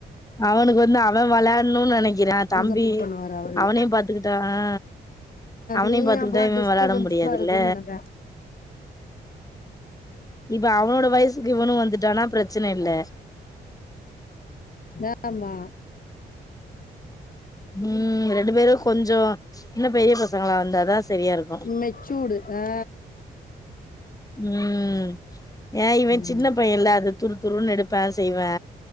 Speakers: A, on the left; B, on the left.
A: அவனுக்கு வந்து அவ விளையாட்ணுன் நெனைக்கிறா
B: அவனுக்கு
A: தம்பி
B: சப்போர்ட் பண்ணுவாரு அவரு
A: அவனையு பாத்துக்கிட்டா ஆ அவனையு
B: நீயே
A: பாத்துக்கிட்டு
B: அப்ப
A: இவ
B: டிஸ்டபன்ஸா
A: வெளாடம் முடியாதுல்ல
B: இருக்குன்னு நெனப்பே
A: இப்ப அவனோட வயசுக்கு இவனு வந்துட்டானா பிரச்சனை இல்ல
B: த ஆமா
A: ம் ரெண்டு பேரு கொஞ்சோ இன்னு பெரிய பசங்களா வந்தாதா சரியா இருக்
B: ம் மெச்சூடு ஆ
A: ம் ஏ இவ
B: ம்
A: சின்ன பையன்ல்ல அது துரு துருன்னு எடுப்பே செய்வே